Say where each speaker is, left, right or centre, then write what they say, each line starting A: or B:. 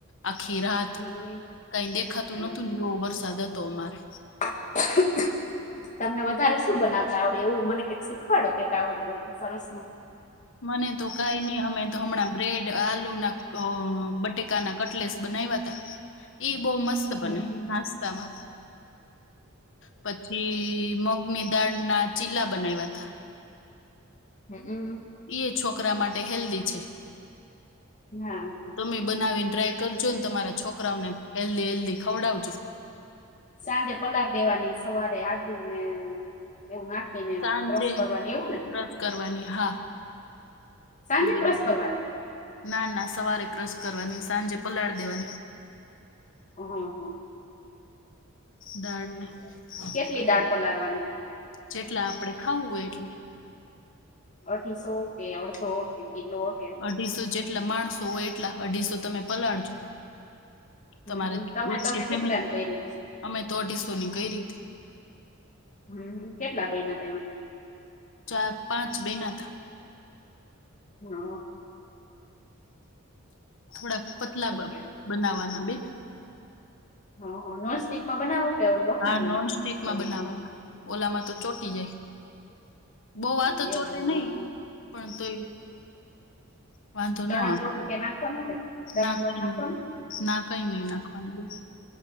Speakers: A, on the left; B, on the left.
A: આખી રાત
B: હમ
A: કઈ દેખાતું
B: હોય
A: નતું એવો વરસાદ હતો અમારે
B: <unintelligible> તમને વધારે શું બનાવતા આવડે એવું મને કઈક શીખવાડો કેક આવડતું હોય તો સરસ નું
A: મને તો કાય ની અમે તો હમણાં બ્રેડ, આલુ ના અ બટેકા ના કટલેસ બનાવાતા ઈ બો મસ્ત
B: હમ
A: બને નાસ્તામાં પછી મગની દાળ ના ચીલા બનાયવાતા.
B: હમ્મ હમ્મ.
A: ઈએ છોકરા માટે હેલ્ધી છે.
B: હા.
A: તમે બનાવીને ટ્રાય કરજો ને તમારા છોકરાઓને હેલ્ધી હેલ્ધી ખવડાવજો.
B: સાંજે પલાડ દેવાની સવારે આડું ને એવું નાખી ને
A: સાંજે
B: ક્રસ કરવાની એવું ને
A: ક્રશ કરવાની હા
B: સાંજે
A: એવી
B: ક્રશ
A: રીતના.
B: કરવાની
A: ના ના સવારે ક્રશ કરવાની સાંજે પલાળ દેવાની
B: અ હ.
A: દાળ ને <unintelligible>
B: કેટલી દાળ પલાળવાની
A: જેટલા આપળે ખાવું હોય એટલુ
B: અઢીસો, કે અળધો, કે કિલો, કે
A: અઢીસો જેટલા માણસો હોય એટલા અઢીસો તમે પલાળજો
B: હમ
A: તમારે
B: હમ. તમે
A: ઓછી
B: તમે કેટલાને
A: ફેમિલીઅમે
B: કર્યું હતું
A: તો અઢીસો ની કૈરી તી.
B: હમ્મ કેટલા બૈના તા એમાં થી?
A: ચાર-પાંચ બૈના તા.
B: હ અ.
A: થોડાક પતલા
B: સારું
A: બ
B: કેવાય
A: બનાવાના બેન.
B: હ હ નોનસ્ટિક માં બનાવો કે ઓ લોખંડ
A: હા
B: ની
A: નોન સ્ટિકમાં
B: તવી
A: બનાવવાના ઓલામાં તો ચોટી જાય બો વાર
B: હોય
A: તો ચોટે
B: એવું હમ
A: નય
B: હમ
A: પણ તોય વાંધો
B: ચણા
A: ન આવે
B: લોટ કે નાખવાનો કે? ચણાનો
A: ના કઈ
B: લોટ નાખવાનો
A: નય ના કઈ નય નાખવાનું બેન